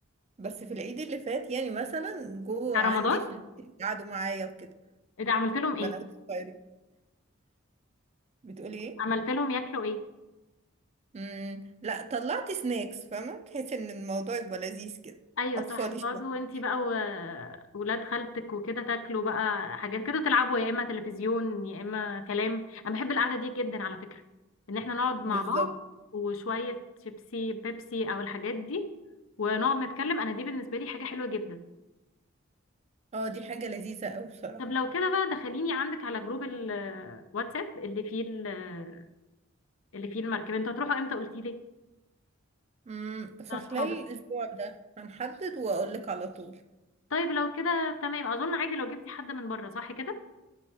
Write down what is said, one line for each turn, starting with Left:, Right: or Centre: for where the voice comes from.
Right: بس في العيد اللي فات يعني مثلا جو
Left: بتاع
Right: عندي
Left: رمضان
Right: في البيت قعدوا معايا وكده
Left: إيه ده عملت لهم
Right: البنات
Left: ايه
Right: الصغيرين بتقولي ايه
Left: عملت لهم ياكلوا ايه
Right: امم لا طلعت سناكس فاهمه تحس ان الموضوع يبقى لذيذ كده
Left: ايوه
Right: اطفالي
Left: صح تقعدوا
Right: شويه
Left: انتي بقى وولاد خالتك وكده تاكلوا بقى حاجات كده تلعبوا يا اما تلفزيون يا اما كلام انا بحب القعدة دي جدا على فكرة ان احنا نقعد مع
Right: بالظبط
Left: بعض وشوية شيبسي بيبسي او الحاجات دي ونقعد نتكلم انا دي بالنسبة لي حاجة حلوة جدا
Right: اه دي حاجه لذيذه قوي بصراحه
Left: طب لو كده بقى دخليني عندك على جروب الواتساب اللي فيه ال- اللي فيه المركبة انتوا هتروحوا امتى قلتي لي
Right: امم فخلال
Left: مع صحابك
Right: الاسبوع ده هنحدد واقول لك على طول
Left: طيب لو كده تمام اظن عادي لو جبتي حد من بره صح كده